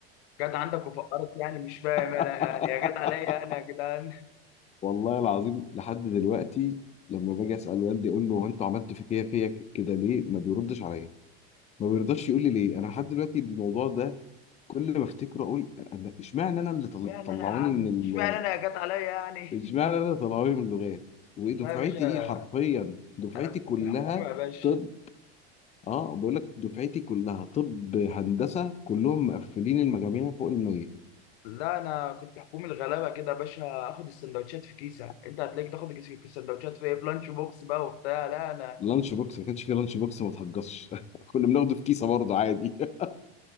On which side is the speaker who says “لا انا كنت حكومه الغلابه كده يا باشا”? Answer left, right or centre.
Left